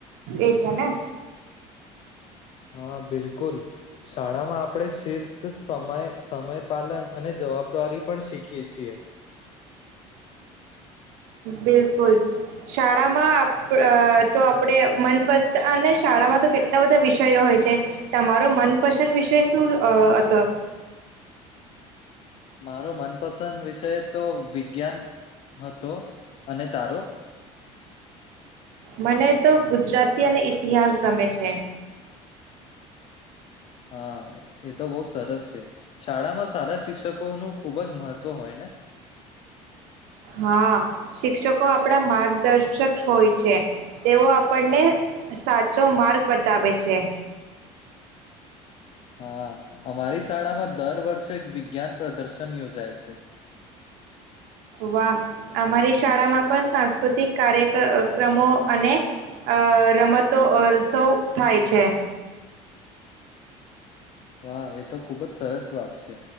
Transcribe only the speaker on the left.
હા બિલકુલ. શાળામાં આપણે શિસ્ત સમય સમય પાલન અને જવાબદારી પણ શીખીએ છીએ.
મારો મનપસંદ વિષય તો વિજ્ઞાન હતો અને તારો
હા એ તો બહુ સરસ છે શાળામાં સારા શિક્ષકો નું ખુબ જ મહત્વ હોય ને
હા અમારી શાળામાં દર વર્ષે એક વિજ્ઞાન પ્રદર્શન યોજાય છે.
હા એ તો ખુબ જ સરસ વાત છે